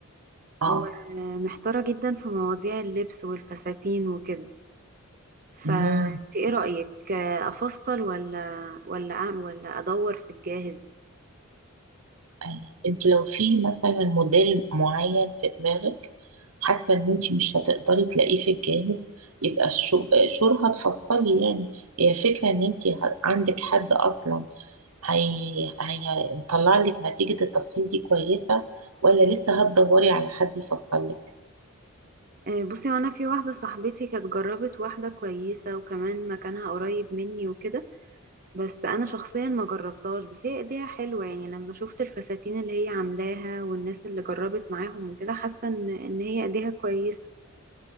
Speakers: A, on the right (about 80°); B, on the right (about 40°).
A: اه
B: ومحتارة جدا في مواضيع اللبس والفساتين وكده فانت
A: امم
B: ايه رأيك آه، افصل ولا ولا اعمل ولا ادور في الجاهز
A: أي. انت لو في مثلا موديل معين في دماغك حاسة ان انت مش هتقدري تلاقيه في الجاهز يبقى شو شور هتفصلي يعني هي الفكرة ان انت ه- عندك حد اصلا هي هي- هيطلع لك نتيجة التفصيل دي كويسة ولا لسه هتدوري على حد يفصل لك
B: أه بصي وانا في واحدة صاحبتي كانت جربت واحدة كويسة وكمان مكانها قريب مني وكده بس انا شخصيا ما جربتهاش بس هي ايديها حلوه يعني لما شفت الفساتين اللي هي عاملاها والناس اللي جربت معاهم وكده حاسه ان ان هي ايديها كويسه